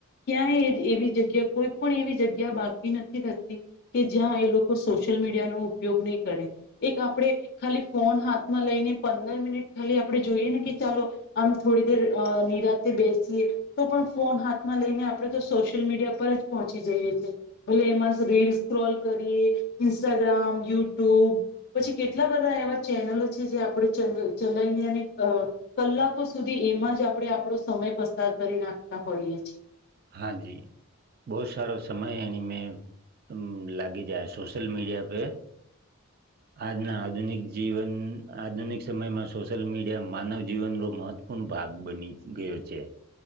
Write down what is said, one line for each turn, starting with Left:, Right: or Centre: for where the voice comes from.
Left: ક્યાં એ એવી જગ્યા કોઈ પણ એવી જગ્યા બાકી નથી થતી કે જ્યાં એ લોકો સોશિયલ મીડિયા નો ઉપયોગ ની કરે એક આપણે ખાલી ફોન હાથમાં લઈને પંદર મિનિટ ખાલી આપણે જોઈએ ને કે ચાલો અન થોડી દેર અ નિરાતે બેસીએ તો પણ ફોન હાથમાં લઈને આપણે તો સોશિયલ મીડિયા પર જ પહોંચી જઈએ છીએ ભલે એમાં રીલ સ્ક્રોલ કરીએ ઇન્સ્ટાગ્રામ યુટ્યુબ પછી કેટલા બધા એવા ચેનલો છે જે આપણે ચ ચલાવીને અને અ કલાકો સુધી એમાં જ આપણે આપણો સમય પસાર કરી નાખતા હોઈએ છીએ
Right: હા જી બહુ સારો સમય એણી મે અ લાગી જાય સોશલ મીડિયા પે આજના આધુનિક જીવન આધુનિક સમયમાં સોશિયલ મીડિયા માનવ જીવનનું મહત્ત પણૂ ભાગ બની ગયો છે